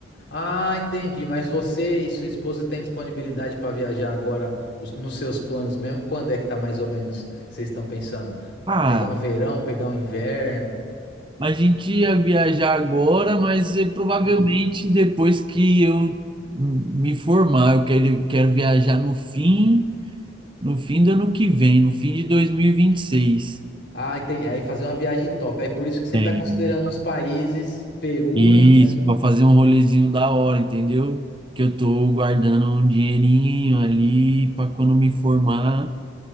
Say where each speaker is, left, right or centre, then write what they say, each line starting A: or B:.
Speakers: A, on the left (about 55°); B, on the right (about 25°).
A: Ah, entendi. Mas você e sua esposa têm disponibilidade para viajar agora os- nos seus planos mesmo? Quando é que tá mais ou menos que vocês estão pensando?
B: Ah,
A: Pegar um verão, pegar um inverno?
B: A gente ia viajar agora, mas eh, provavelmente
A: Hum.
B: depois que eu hum, me formar, eu quero, quero viajar no fim, no fim do ano que vem, no fim de 2026.
A: Ah, entendi. Aí fazer uma viagem top. Aí por isso que você
B: É,
A: tá considerando uns países, Peru,
B: isso,
A: mas
B: para fazer um rolezinho da hora, entendeu? Que eu tô guardando um dinheirinho ali para quando me formar